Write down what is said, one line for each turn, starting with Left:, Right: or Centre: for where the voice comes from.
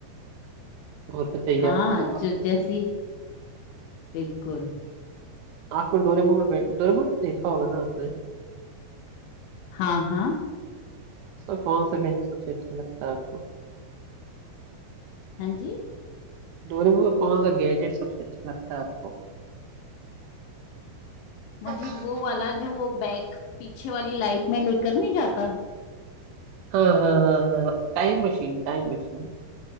Right: और बताइए
Left: हाँ
Right: आपको आप,
Left: जो जैसी बिल्कुल
Right: आपको डोरेमोन में बैठ डोरेमोन देखा होगा ना आपने
Left: हाँ हाँ
Right: उसका कौन सा गैजेट सबसे अच्छा लगता है आपको
Left: हाँ जी
Right: डोरेमोन का कौन सा गैजेट सबसे अच्छा लगता है आपको
Left: मुझे
Right: हाँ
Left: वो वाला जो वो बैग पीछे वाली लाइफ में लेकर नहीं जाता
Right: हाँ हाँ हाँ टाइम मशीन टाइम मशीन